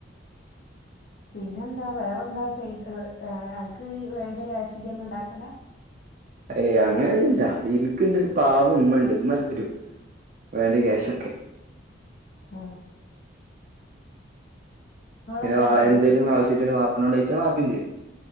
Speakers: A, on the left (about 55°); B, on the right (about 45°).
A: പിന്നെന്താ വേറെന്താ സൈഡ് അങ്ങക്ക് വേണ്ട കാഷ് ജ്ന്നെ ഇണ്ടാക്കണ
B: ഏയ് അങ്ങനെയൊന്നുംല്ല എനക്ക് എന്റെ ഒരു പാവം ഉണ്ട് ഉമ്മതരും വേണ്ട ക്യാഷൊക്കെ
A: ആ
B: പിന്നെ
A: എങ്ങനെ
B: വ
A: വാങ്ങാം
B: എന്തേലും ആവശ്യത്തിന് വാപ് പ്പേനോടുചോയ്ചാ വാപ്പേം തരും